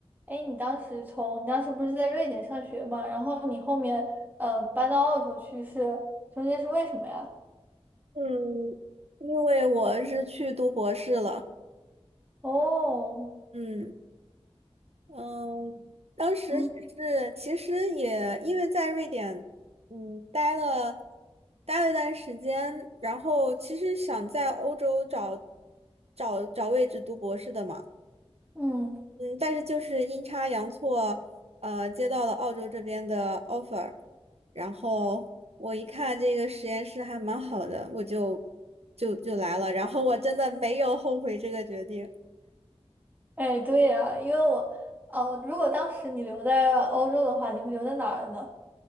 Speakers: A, on the right (about 15°); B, on the right (about 70°).
A: 哎，你当时从你当时不是在瑞典上学嘛？然后你后面嗯呃搬到澳洲去是中间是为什么呀？
B: 嗯，因为我是去读博士了，
A: 哦，
B: 嗯嗯，当时也是，
A: 嗯
B: 其实也因为在瑞典，嗯，待了待了一段时间，然后其实想在欧洲找找找位置读博士的嘛。
A: 嗯，
B: 嗯，但是就是阴差阳错，呃，接到了澳洲这边的 offer，然后我一看这个实验室还蛮好的，我就就就来了，然后我真的没有后悔这个决定，
A: 哎，对呀，因为我哦，如果当时你留在欧洲的话，你会留在哪儿呢？